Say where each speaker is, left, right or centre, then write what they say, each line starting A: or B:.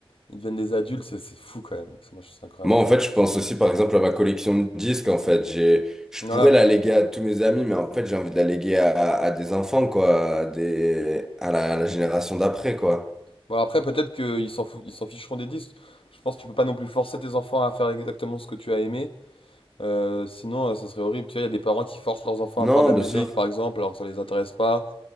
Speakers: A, on the left; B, in the centre.
A: ils deviennent des adultes, c'est c'est fou quand même, parce que moi je trouve ça incroyable.
B: Moi, en fait, je pense aussi, par exemple, à ma collection de disques. En fait, j'ai, je
A: Voilà.
B: pourrais la léguer à tous mes amis, mais en fait, j'ai envie de la léguer à, à des enfants, quoi, à des, à la, à la génération d'après, quoi.
A: Bon, après, peut-être qu'ils s'en fou- ils s'en ficheront des disques. Je pense que tu peux pas non plus forcer tes enfants à faire exactement ce que tu as aimé. Euh, sinon, euh, ça serait horrible. Tu vois, il y a des parents qui forcent leurs enfants
B: Non,
A: à faire de la musique,
B: bien sûr.
A: par exemple, alors que ça les intéresse pas.